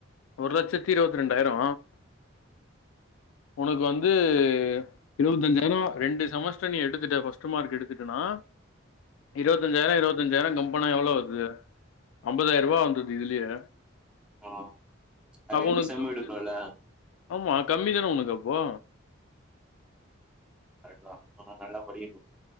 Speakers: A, on the left; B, in the centre.
A: ஒரு லட்சத்தி த்தி இருவத் ரெண்டாயிரோ உனக்கு வந்து இருபத்தஞ்சாயிரோ ரெண்டு செமஸ்டர் நீ எடுத்துட்ட ஃபர்ஸ்ட் மார்க் எடுத்துட் டனா இருபத்தஞ்சாயிரோ இருபத்தஞ்சாயிரோ கம் எவ்ளோ வருது ஐம்பதாயிரரூவா வந்துருது இதுலயே
B: ஆ
A: அப்போ
B: ரெண்டு
A: உனக்கு
B: செம்
A: கம்மி
B: எடுக்கணுல்ல
A: தானா ஆமா கம்மி தான உனக்கு அப்போ
B: கரெக்ட் தா ஆனா நல்ல படிக்கணு